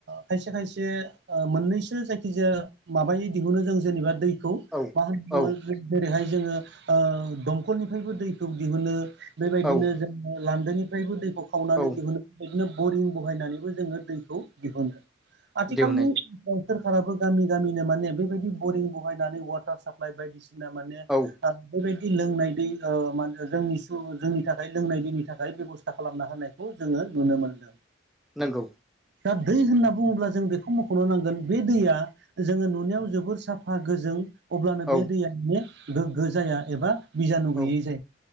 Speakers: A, on the right (about 60°); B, in the centre.
A: खायसे-खायसे ओ मोननैसो जायखिजाया माबायै दिहुनो जों जेनेबा दै खौ
B: औ
A: मा होनना बुङो
B: औ
A: जेरैहाय जोङो दमखलनिफ्रायबो दैखौ दिहुनो बेबायदिनो
B: औ
A: जोङो लान्दोनिफ्रायबो दैखौ खावनानै
B: औ
A: दिहुनो बिदिनो बरिं बहायनानैबो जोङो दैखौ दिहुनो आथिखालनि
B: दिहुननाय जायो।
A: सोरखाराबो गामि गामिनो माने बेबायदि बरिं बहायनानै वाटार साप्लाय बायदिसिना ना माने
B: औ
A: बा बेबायदि लोंनाय दै ओ माहोनो जोंनि सु जोंनि थाखाय लोंनाय दैनि थाखाय बेब'स्था खालामना होनाय खौ जोङो नुनो मोनदों।
B: नोंगौ
A: दा दै होनना बुङोब्ला जों बेखौ मख'नो नांगोन बे दैया जोङो नुनायाव जोबोर साफा गोजों अब्लानो
B: औ
A: बे दैया माने गोग्गो जाया एबा बिजानु
B: औ
A: गैयै जायो